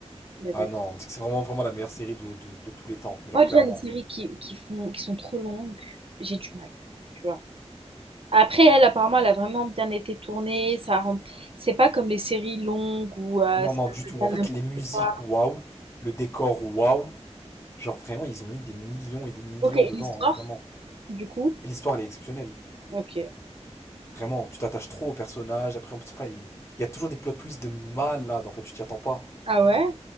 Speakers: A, on the right (about 55°); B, on the left (about 25°).
A: la vérité.
B: Ah non, mais c'est que c'est vraiment, vraiment la meilleure série de, de- de tous les temps. Mais
A: Moi,
B: genre,
A: déjà,
B: clairement.
A: les séries qui, qui font, qui sont trop longues, j'ai du mal. Tu vois. Après, elle, apparemment, elle a vraiment bien été tournée. Ça rend... C'est pas comme les séries longues ou euh,
B: Non,
A: ça
B: non, du
A: fait
B: tout.
A: pas
B: En fait,
A: n'importe
B: les musiques,
A: quoi.
B: waouh. Le décor, waouh. Genre, vraiment, ils ont mis des millions et des millions
A: Ok, et
B: dedans,
A: l'histoire,
B: hein, vraiment.
A: du coup?
B: Et l'histoire, elle est exceptionnelle.
A: Ok.
B: Vraiment, tu t'attaches trop aux personnages. Après, en plus, enfin, il il y a toujours des plot twists de malade, en fait, tu t'y attends pas.
A: Ah ouais?